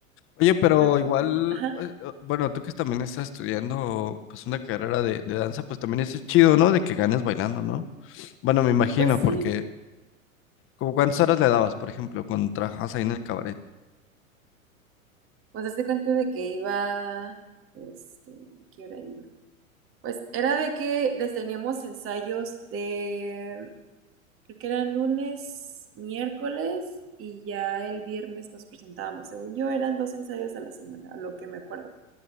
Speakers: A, on the left; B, on the right.
A: Oye, pero
B: creo que,
A: igual,
B: fue- ajá,
A: pues, eh, bueno, tú que también estás estudiando pues una carrera de, de danza, pues también eso es chido, ¿no? De que ganes bailando, ¿no? Bueno, me imagino,
B: pues sí,
A: porque como cuántas horas le dabas, por ejemplo, cuando trabajabas ahí en el cabaret,
B: pues hazte cuenta de que iba, este, ¿qué hora iba? Pues era de que des- teníamos ensayos de Creo que eran lunes, miércoles y ya el viernes nos presentábamos. Según yo, eran dos ensayos a la semana, a lo que me acuerdo.